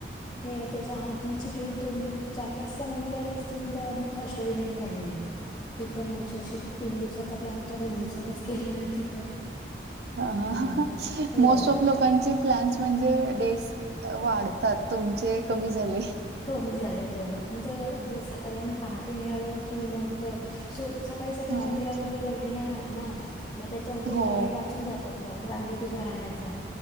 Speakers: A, on the left; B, on the right.
A: हे तेच्या आधीची ट्रिप दोन, चार, पाच महिने झाले असतील. तर अष्टविनायक झालेली. ती पण आमची अशी तीन दिवसाचा प्लॅन होता, दोन दिवसातच केली आम्ही ती पण
B: हा-हा-हा
A: हम्म हो.
B: मोस्ट ऑफ लोक लोकांचे प्लॅन्स म्हणजे डेज वाढतात. तुमचे कमी झाले.
A: कमी झाले जो, आमचं म्हणजे सकाळी आम्ही पहाटे निघालो की मग सु सकाळी-सकाळी
B: हां.
A: मंदिरांमध्ये गर्दी नाही राहत ना, म त्याच्यामध्ये तेवढा
B: हो,
A: वेळ वाचून जातात. रांगेत उभा राहण्याचा,